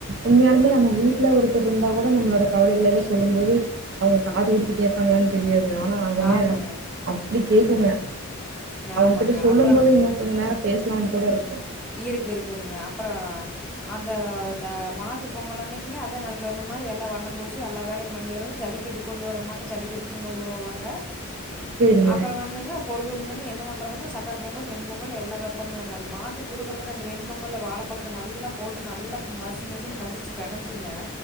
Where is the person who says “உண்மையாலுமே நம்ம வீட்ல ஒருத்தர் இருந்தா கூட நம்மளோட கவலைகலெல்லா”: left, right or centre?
Right